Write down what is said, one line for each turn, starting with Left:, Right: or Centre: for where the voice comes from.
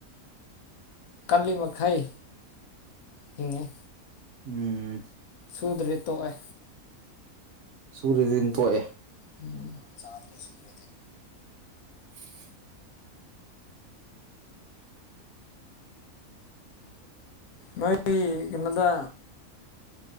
Left: ꯀꯜꯂꯤꯃꯈꯥꯏ ꯍꯤꯡꯉꯦ
Right: ꯎꯝ
Left: ꯁꯨꯗꯔꯦ ꯇꯣꯛꯑꯦ
Right: ꯁꯨꯔꯥꯗꯤꯟ ꯇꯣꯛꯑꯦ
Left: ꯎꯝ ꯆꯥꯗ꯭ꯔꯦ ꯁꯨꯔ꯭ꯔꯗꯤ
Right: <unintelligible>
Left: ꯅꯣꯏꯒꯤ ꯀꯩꯅꯣꯗꯥ